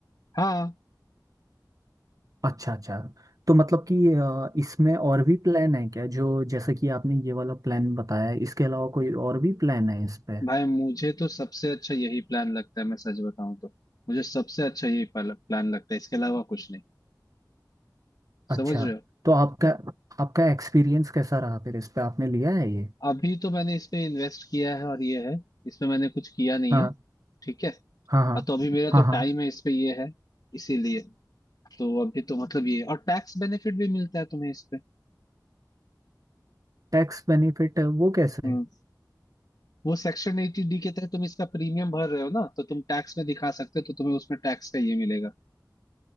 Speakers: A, on the left; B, on the right.
A: हाँ
B: अच्छा अच्छा तो मतलब कि अ, इसमें और भी प्लान है क्या जो जैसे कि आपने ये वाला प्लान बताया है, इसके अलावा कोई और भी प्लान है इस पे
A: भाई मुझे तो सबसे अच्छा यही प्लान लगता है मैं सच बताऊं तो मुझे सबसे अच्छा यही प्लान लगता है इसके अलावा कुछ नहीं
B: अच्छा
A: समझ रहे हो
B: तो आपका आपका एक्सपीरियंस कैसा रहा फिर इस पे आपने लिया है ये
A: अभी तो मैंने इस पे इन्वेस्ट किया है और ये है इसमें मैंने कुछ किया नहीं
B: हाँ
A: है ठीक है
B: हाँ हाँ
A: और तो अभी मेरा तो
B: हाँ हाँ
A: टाइम है इस पे ये है इसीलिए तो अभी तो मतलब ये और टैक्स बेनिफिट भी मिलता है तुम्हें इस पे
B: टैक्स बेनिफिट वो कैसे
A: हम्म
B: है
A: वो सेक्शन एटी डी के तहत तुम इसका प्रीमियम भर रहे हो ना तो तुम टैक्स में दिखा सकते हो तो तुम्हें उसमें टैक्स का ये मिलेगा